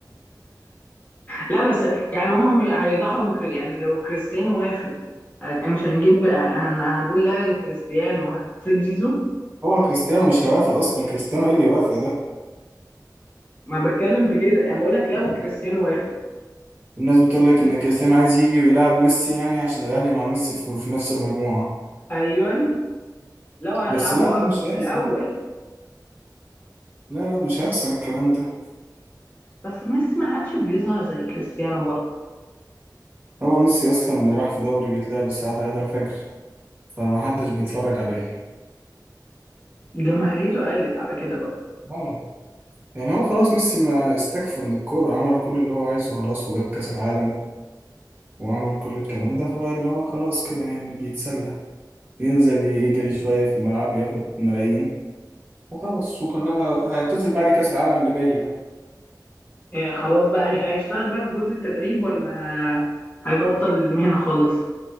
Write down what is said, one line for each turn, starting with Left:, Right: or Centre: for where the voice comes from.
Left: لا بس يعني هم م- هيضحوا بكري يعني لو كريستيانو وافق هن- مش هنجيب هن... هنقول لا لكريستيانو وهتسيب زيزو
Right: هو كريستيانو مش هيوافق أصلا كريستيانو إيه اللي يوافق ده
Left: ما بتكلم في كده انا بقول لك لو كريستيانو وافق
Right: الناس بتقول لك ان كريستيانو عايز يجي ويلعب ميسي يعني عشان الاهلي مع ميسي في في نفس المجموعة
Left: ايوه لو هنلعبه
Right: بس لا ده مش
Left: في
Right: هيحصل
Left: الاول
Right: لا لا مش هيحصل الكلام ده
Left: بس ميسي ما عادش بيظهر زي كريستيانو برضه
Right: هو ميسي اصلا راح في دوري بيتلعب الساعة 3 الفجر فما حدش بيتفرج عليه
Left: جماهيريته قلت على كده بقى
Right: اه يعني هو خلاص ميسي ما استكفى من الكورة عمل كل اللي هو عايزه خلاص وجاب كأس العالم وعمل كل الكلام ده فبقى اللي هو خلاص كده يعني بيتسلى ينزل يجري شوية في الملعب وياخد ملايين وخلاص وكلها هيعتزل بعد كأس العالم اللي جاي ده
Left: إيه خلاص بقى هي- هيشتغل بقى في جزء التدريب ولا ه- هيبطل المهنة خالص